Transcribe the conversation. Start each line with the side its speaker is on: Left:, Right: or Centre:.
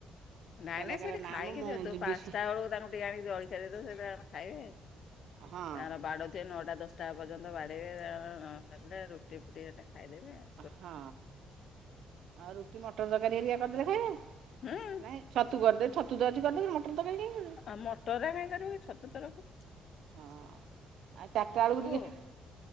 Left: ନାଇଁ
Right: କହିଲା
Left: ନାଇଁ
Right: କହିଲା
Left: ସେ ଏଠି
Right: ନା
Left: ଖାଇକି
Right: ମ ମୁଁ
Left: ଯିବ ତୁ
Right: ଯିବି
Left: ପାଞ୍ଚଟା
Right: ସି
Left: ବେଳକୁ ତାଙ୍କୁ ଟିକେ ଆଣିକି ଜଳଖିଆ ଦେଇଦେବୁ ସେ ତାଙ୍କର ଖାଇବେ।
Right: ହଁ
Left: ତାଙ୍କର ବାଡ଼ଉ ଥିବେ ନଅଟା ଦଶଟା ଟା ପର୍ଯ୍ୟନ୍ତ ବାଡେଇବେ ତାଙ୍କର ନ ହେଲେ ରୁଟି ଫୁଟି ହେଲେ ଖାଇଦେବେ ଆଉ।
Right: ହଁ ଆଉ ରୁଟି ମଟର ତରକାରୀ ହେରିକା କରିଦେଲେ ଖାଇବେ।
Left: ହୁଁ
Right: ନାଇଁ ଛତୁ କରଦେବି ଛତୁ ତ ଅଛି କରି ଦେବି ଫେର୍ ମଟର ତରକାରୀ କାଇଁ କରିବି।
Left: ଆ ମଟରା କାଇଁ କରିବୁ କି ଛତୁ ତ ରଖି
Right: ହଁ ଆଉ ଚାରିଟା ଏଳକୁ ଟିକେ
Left: ଆଉ।